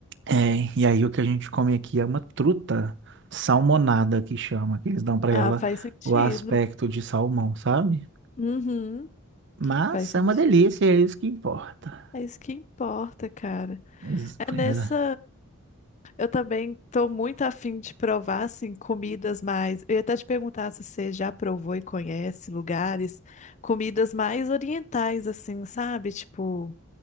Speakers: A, on the right; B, on the left.
A: É, e aí o que a gente come aqui é uma truta salmonada que chama, que eles dão pra
B: Ah,
A: ela
B: faz sentido.
A: o aspecto de salmão, sabe?
B: Uhum,
A: Mas
B: faz sentido.
A: é uma delícia, é isso que importa.
B: É isso que importa, cara.
A: Pois,
B: É
A: pois
B: nessa.
A: é.
B: Eu também tô muito afim de provar, assim, comidas mais. Eu ia até te perguntar se você já provou e conhece lugares, comidas mais orientais, assim, sabe? Tipo,